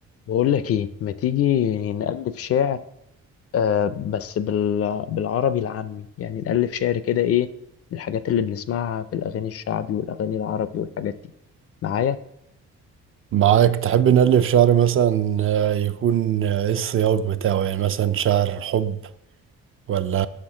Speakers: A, on the left; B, on the right.
A: بقول لك ايه ما تيجي نألف شعر آه بس بال... بالعربي العامي يعني نألف شعر كده ايه من الحاجات اللي بنسمعها في الاغاني الشعبي والاغاني العربي والحاجات دي معايا
B: معاك تحب نألف شعر مثلا آه، يكون آه، ايه السياق بتاعه يعني مثلا شعر حب ولا